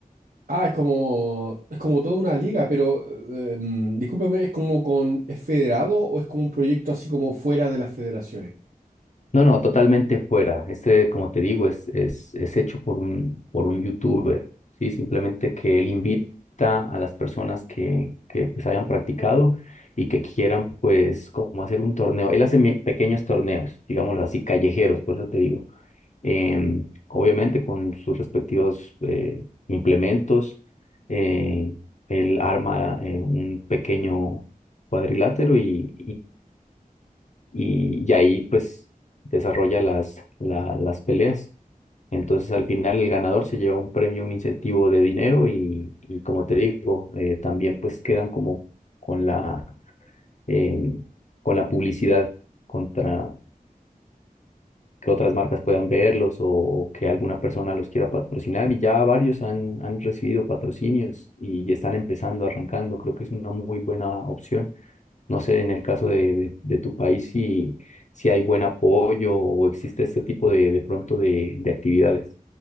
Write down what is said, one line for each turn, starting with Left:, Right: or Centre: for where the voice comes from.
Right: Ah, es como, es como toda una liga, pero eh, mm, discúlpame, ¿es como con, es federado o es como un proyecto así como fuera de las federaciones?
Left: No, no, totalmente fuera. Este, como te digo, es, es, es hecho por un, por un youtuber, ¿sí? Simplemente que él invita a las personas que, que pues hayan practicado y que quieran pues como hacer un torneo. Él hace mi- pequeños torneos, digámoslo así, callejeros, por eso te digo. Em, obviamente con sus respectivos eh, implementos, eh, él arma eh, un pequeño cuadrilátero y y, y ahí pues desarrolla las, la- las peleas. Entonces al final el ganador se lleva un premio, un incentivo de dinero y, y como te digo, eh, también pues quedan como con la, eh, con la publicidad contra que otras marcas puedan verlos o, o que alguna persona los quiera patrocinar y ya varios han, han recibido patrocinios y, y están empezando, arrancando. Creo que es una muy buena opción. No sé, en el caso de, de- de tu país, si, si hay buen apoyo o existe este tipo de, de pronto de, de actividades.